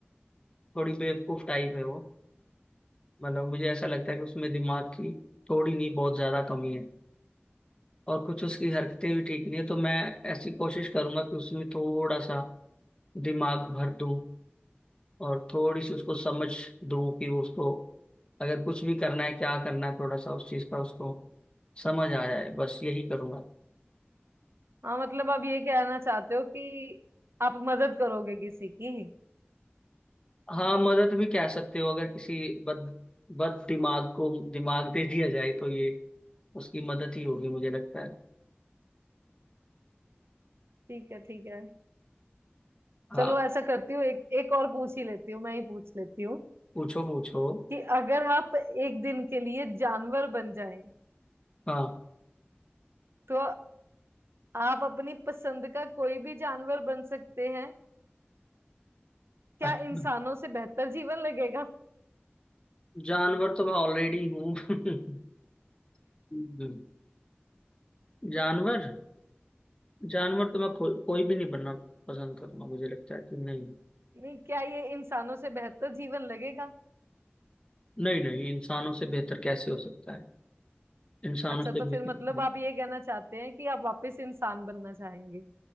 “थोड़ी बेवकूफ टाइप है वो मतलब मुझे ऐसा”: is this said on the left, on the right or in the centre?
Left